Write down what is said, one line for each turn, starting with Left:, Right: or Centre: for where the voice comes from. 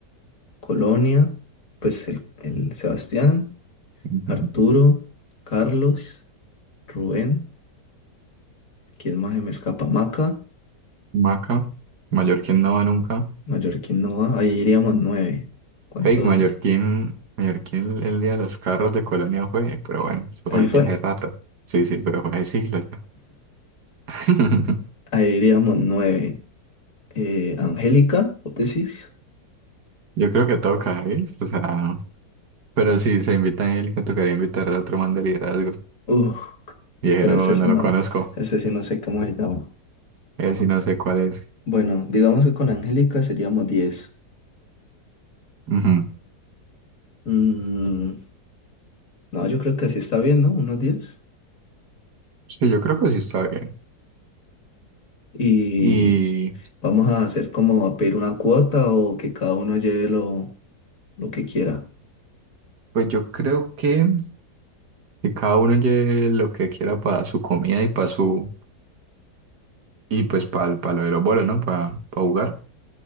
Left: Colonia, pues el, el Sebastián,
Right: Ujú.
Left: Arturo, Carlos, Rubén, ¿quién más se me escapa? Maca.
Right: Maca, Mallorquín no va nunca.
Left: Mallorquín no va, ahí iríamos nueve. ¿Cuántos?
Right: Fake, Mallorquín, Mallorquín el día de los carros de Colonia fue, pero bueno, eso
Left: Él
Right: fue
Left: fue.
Right: ya hace rato. Sí, sí, pero fue hace siglos ya. <laughs>
Left: Ahí iríamos nueve. Eh, Angélica, ¿vos decís?
Right: Yo creo que toca, ¿ves? O sea. Pero si se invita a Angélica, tocaría invitar al otro man de liderazgo.
Left: Uf,
Right: Y dije,
Left: pero
Right: no,
Left: ese sí
Right: no
Left: no,
Right: lo conozco.
Left: ese sí no sé cómo se llama.
Right: Él sí no sé cuál es.
Left: Bueno, digamos que con Angélica seríamos diez.
Right: Ujú.
Left: Mm, no, yo creo que así está bien, ¿no? Unos diez.
Right: Sí, yo creo que sí está bien.
Left: Y
Right: Y
Left: vamos a hacer como a pedir una cuota o que cada uno lleve lo, lo que quiera.
Right: pues yo creo que, que cada uno lleve lo que quiera para su comida y para su, y pues para lo de los bolos, ¿no? Para jugar.